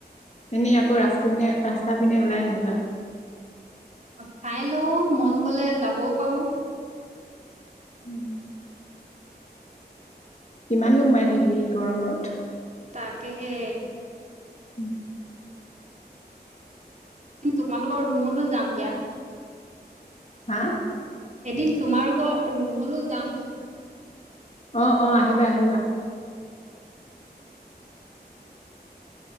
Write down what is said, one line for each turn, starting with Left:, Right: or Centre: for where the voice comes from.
Right: অ',
Left: এনেই আকৌ ৰাস্তা পিনে, ৰাস্তা পিনে ওলাই নোযোৱা
Right: অ', চাই লও মন গলে যাবও পাৰো
Left: উম। কিমাননো সোমাই থাকিবি গৰমত
Right: তাকেহে
Left: <inaudible>
Right: এদিন তোমালোকৰ ৰুমলৈ যাম দিয়া
Left: হা
Right: এদিন তোমালোকৰ ৰুমলৈ যাম কৈছো
Left: অ', অ', আহিবা আহিবা
Right: অ',